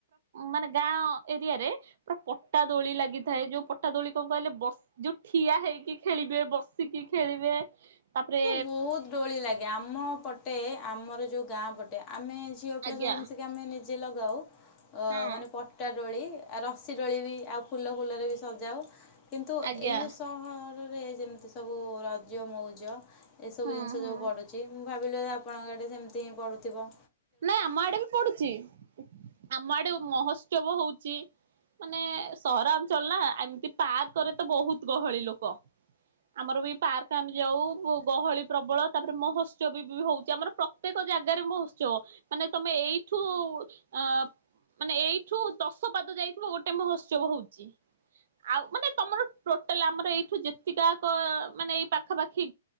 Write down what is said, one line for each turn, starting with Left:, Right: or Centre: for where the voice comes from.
Right: ମାନେ ଗାଁ ଏରିଆରେ ପୁରା ପଟା ଦୋଳି ଲାଗିଥାଏ। ଯୋଉ ପଟା ଦୋଳି କଣ କହିଲେ ବସି ଯୋଉ ଠିଆ ହେଇକି ଖେଳିବେ ବସିକି ଖେଳିବେ। ତାପରେ
Left: ବୋହୁତ ଡୋଳି ଲାଗେ ଆମ ପଟେ ଆମର ଯୋଉ ଗାଁ ପଟେ ଆମେ ଝିଅ ପିଲା
Right: ଆଜ୍ଞା
Left: ସବୁ ମିଶିକି ଆମେ ନି ଯେ ଲଗାଉ। ଅ
Right: ହଁ
Left: ମାନେ ପଟା ଦୋଳି ଆଉ ରସିି ଦୋଳି ବି ଆଉ ଫୁଲ ଫୁଲରେ ବି ସଜାଉ। କିନ୍ତୁ
Right: ଆଜ୍ଞା
Left: ଏଇ ଯୋଉ ସହରରେ ଯେମି ଏ ସବୁ ରଜ ମଉଜ ଏ ସବୁ
Right: ହୁଁ
Left: ଜିନିଷ
Right: ହୁଁ
Left: ଯୋଉ ପଡୁଚି। ଭାବିଲୁ ଯେ ଆପଣଙ୍କ ଆଡେ ସେମିତି ହିଁ ପଡୁଥିବ।
Right: ନାଇଁ ଆମ ଆଡେ ବି ପଡୁଚି ଆମ ଆଡେ ମହୋତ୍ସବ ହୋଉଚି ମାନେ ସହରାଞ୍ଚଳ ନା ଏମିତି ପାର୍କ ରେ ତ ବହୁତ ଗହଳି ଲୋକ ଆମର ବି ପାର୍କ ଆମେ ଯାଉ ଗହଳି ପ୍ରବଳ ତାପରେ ମହୋତ୍ସବ ବି ହୋଉଚି ଆମର ପ୍ରତ୍ୟେକ ଜାଗାରେ ମହୋତ୍ସ ବ ମାନେ ତମେ ଏଇଠୁ ଅ ମାନେ ଏଇଠୁ ଦଶ ପାଦ ଯାଇିଥିବ ଗୋଟେ ମହୋତ୍ସବ ହୋଉଚି, ଆଉ ମାନେ ତମର ଟୋଟାଲ ଆମର ଏଇଠୁ ଯେତିକାକ ମାନେ ଏଇ ପାଖାପାଖି